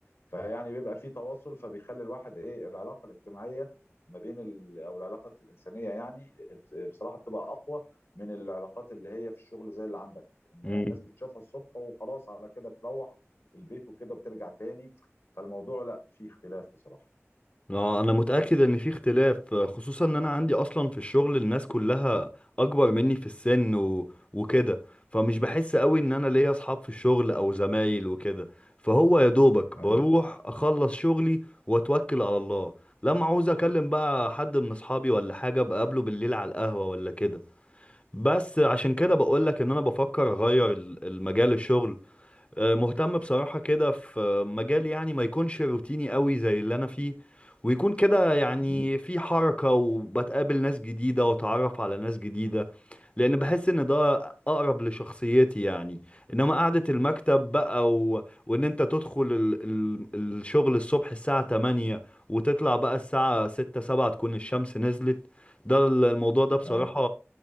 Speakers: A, on the left; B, on the left.
A: فيعني بيبقى في تواصل فبيخلي الواحد ايه العلاقه الاجتماعيه ما بين ال... او العلاقه الانسانيه يعني بصراحه بتبقى اقوى من العلاقات اللي هي في الشغل زي اللي عندك ان
B: امم
A: هي الناس بتشوفها الصبح وخلاص على كده بتروح البيت وكده بترجع تاني فالموضوع لا فيه اختلاف بصراحه
B: اه انا متاكد ان في اختلاف خصوصا ان انا عندي اصلا في الشغل الناس كلها اكبر مني في السن و... وكده فمش بحس قوي ان انا
A: آه.
B: ليا اصحاب في الشغل او زمايل وكده فهو يا دوبك بروح
A: ايوه
B: اخلص شغلي واتوكل على الله لما عاوز اكلم بقى حد من اصحابي ولا حاجه بقابله بالليل على القهوه ولا كده بس عشان كده بقولك ان انا بفكر اغير ال- المجال الشغل آه، مهتم بصراحة كده في مجال يعني ما يكونش روتيني قوي زي اللي أنا فيه ويكون كده يعني
A: مهم.
B: في حركة وبتقابل ناس جديدة وأتعرف على ناس جديدة لأن بحس إن ده أقرب لشخصيتي يعني إنما قعدة المكتب بقى و... وإن أنت تدخل ال... ال... الشغل الصبح الساعة 8 وتطلع بقى الساعة 6 7 تكون الشمس نزلت ده الموضوع ده بصراحة
A: ايوه